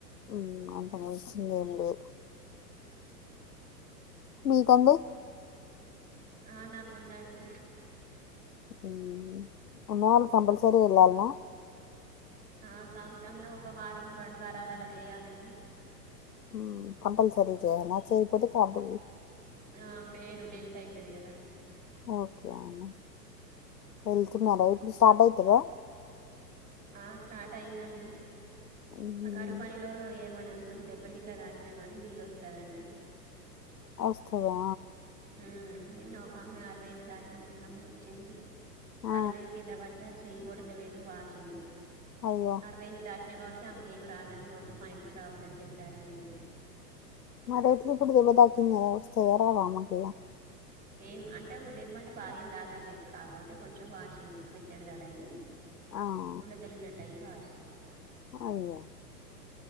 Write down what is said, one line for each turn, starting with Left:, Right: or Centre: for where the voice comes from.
Left: ఉమ్ అంత మంశిలేం లేదు మీ కండి
Right: ఆ నాకు ఉందండి
Left: అవునండి. ఉన్నా వాళ్లు కంపల్సరీ ఏలాల్నా
Right: ఆ సంవత్సరంలో ఒక వారం, రెండు వారాలు అలా చేయాలండి.
Left: ఉమ్ కంపల్సరి చేయల్ల్న చేయాక్పోతే కార్డు పో
Right: నా పేరు డిల్ట్ అయితది కదా.
Left: ఓకే అండి. వెళ్తున్నారా ఇప్పుడు స్టార్ట్ అయితదా.
Right: ఆ స్టార్ట్ అయిందండి.
Left: హ్మ్
Right: ఆ కారువ్ పనిలో ఏమన్నన దెబ్బల్ గిట్లా తాకినా గానీ బిల్లు వస్తదండి.
Left: వస్తదా
Right: మ్మ్ నిన్న ఒక ఆమె అరవై ఏళ్ళు దాటిన ముసలమ్మ వచ్చింది.
Left: ఆ
Right: కళ్ళుదిరిగ్ కింద పడతే చెయ్యి బొటనవేలు వాసింది.
Left: అయ్యో!
Right: అరవై ఏళ్లు దాటినాయ్ కాబట్ ఆమెకేం రాదని వద్దు. పనికి కూడా రావద్దని చెప్పారంండి నిన్న.
Left: మరి ఎట్లిపుడు దెబ్బ తాకింది గాదా. వస్థయ రావ ఆమేకిగా
Right: ఏం అంటే దెబ్బ అంటే బాగా ఏం దాకలే కాక్పోతే కొంచెం వాసింది, మెత్తడిదల అయి
Left: ఆహా
Right: ఉండదలిగినట్టయి వాసింది
Left: అయ్యా